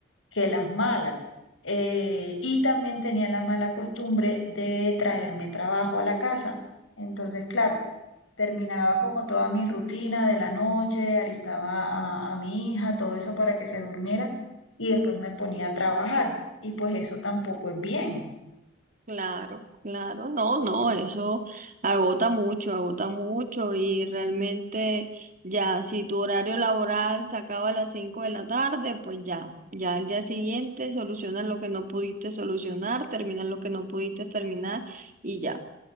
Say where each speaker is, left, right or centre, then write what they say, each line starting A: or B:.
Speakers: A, on the left; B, on the right.
A: que las malas. Eh, y también tenía la mala costumbre de traerme trabajo a la casa. Entonces, claro, terminaba como toda mi rutina de la noche, alistaba a, a mi hija, todo eso para que se durmiera y después me ponía a trabajar. Y pues eso tampoco es bien.
B: Claro, claro, no, no, eso agota mucho, agota mucho y realmente ya si tu horario laboral se acaba a las 5 de la tarde, pues ya, ya al día siguiente solucionas lo que no pudiste solucionar, terminas lo que no pudiste terminar y ya.